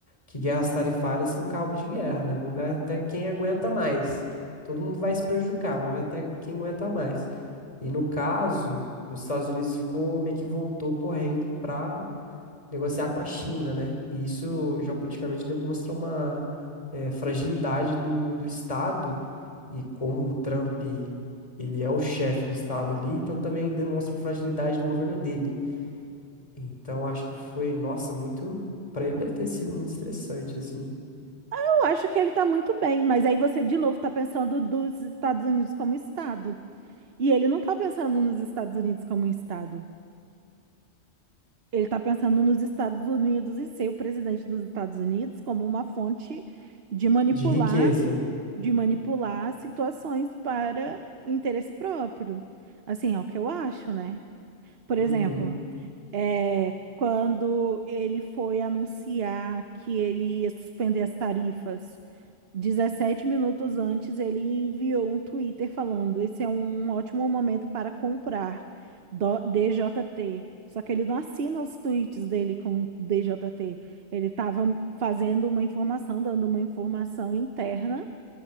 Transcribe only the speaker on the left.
Que guerras tarifárias são cabo de guerra, né? Vamos ver até quem aguenta mais. Todo mundo vai se prejudicar, vamos ver até quem aguenta mais. E no caso, os Estados Unidos ficou meio que voltou correndo para negociar com a China, né? E isso geopoliticamente demonstra uma eh, fragilidade do, do Estado e como o Trump ele é o chefe do Estado ali, então também demonstra a fragilidade do governo dele. Então acho que foi, nossa, muito, para ele deve ter sido muito estressante assim,
de riqueza.
Uhum.